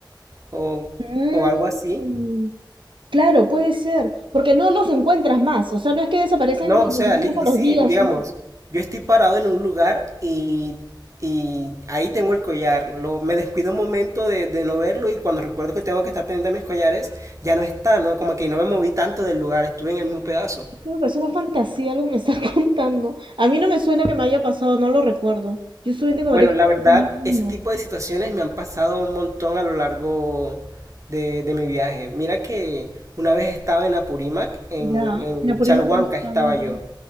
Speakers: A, on the right (about 40°); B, on the right (about 85°).
A: o,
B: mm,
A: o algo así.
B: Claro, puede ser, porque no los encuentras más, o sea, no es que desaparecen
A: No, o
B: y
A: sea,
B: los encuentras
A: li- li-
B: a
A: sí,
B: los días,
A: digamos,
B: no.
A: yo estoy parado en un lugar y, y ahí tengo el collar. Lo, me descuido un momento de, de no verlo y cuando recuerdo que tengo que estar pendiente de mis collares, ya no está, ¿no? Como que no me moví tanto del lugar, estuve en el mismo pedazo.
B: Creo que es una fantasía lo que me estás <laughs> contando. A mí no me suena que me haya pasado, no lo recuerdo. Yo solamente como
A: Bueno,
B: María
A: la verdad,
B: en 2001.
A: ese tipo de situaciones me han pasado un montón a lo largo de, de mi viaje. Mira que una vez estaba en Apurímac, en,
B: Ya,
A: en
B: en Apurímac
A: Chalhuanca
B: no estaba
A: estaba
B: yo bien.
A: yo.